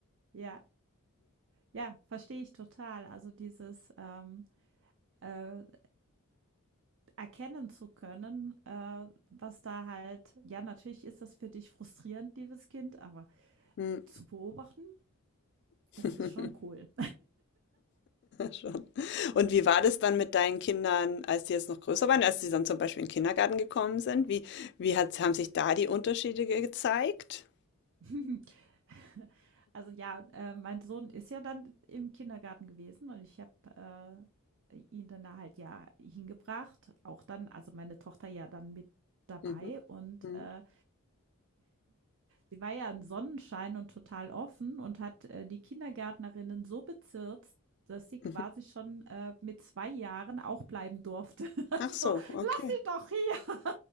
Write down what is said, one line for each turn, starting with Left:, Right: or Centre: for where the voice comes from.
Right: Ja. Ja, verstehe ich total. Also dieses, ähm äh, erkennen zu können, äh, was da halt, ja, natürlich ist das für dich frustrierend, liebes Kind, aber
Left: Hm.
Right: zu beobachten,
Left: <laughs>
Right: das ist schon cool.
Left: Schon. Und wie war das dann mit deinen Kindern, als die jetzt noch größer waren, als sie dann zum Beispiel in den Kindergarten gekommen sind? Wie, wie hat, haben sich da die Unterschiede ge- gezeigt?
Right: <laughs> also ja, äh, mein Sohn ist ja dann im Kindergarten gewesen und ich habe äh, ihn dann da halt ja hingebracht, auch dann, also meine Tochter ja dann mit dabei
Left: Mhm.
Right: und
Left: Mhm.
Right: äh,
Left: <laughs>
Right: Sie war ja ein Sonnenschein und total offen und hat äh, die Kindergärtnerinnen so bezirzt, dass sie quasi
Left: Mhm.
Right: schon äh, mit zwei Jahren auch bleiben durfte. <laughs> Also
Left: Ach so,
Right: so, lass
Left: okay.
Right: sie doch hier,